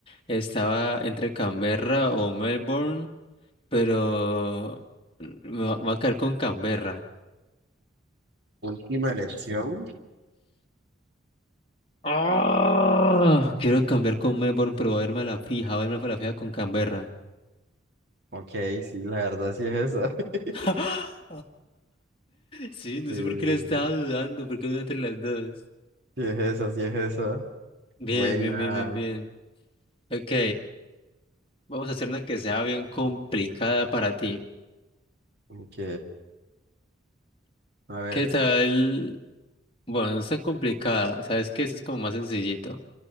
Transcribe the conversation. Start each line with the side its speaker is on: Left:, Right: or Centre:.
Left: Estaba entre Canberra o Melbourne, pero me va, me voy a caer con Canberra.
Right: Última elección.
Left: ¡Ah! Quiero cambiar con Melbourne, pero voy a irme a la fija, voy a irme a la fija con Canberra.
Right: Ok, sí, la verdad sí es esa. <laughs>
Left: <laughs> Sí, no
Right: Sí,
Left: sé por qué le estaba dudando, porque dudé entre las dos.
Right: sí es esa, sí es esa.
Left: Bien,
Right: Buena.
Left: bien, bien, bien, bien. Ok, vamos a hacer una que sea bien complicada para ti.
Right: Ok. A ver.
Left: ¿Qué tal? Bueno, no es tan complicada. ¿Sabes qué? Esto es como más sencillito.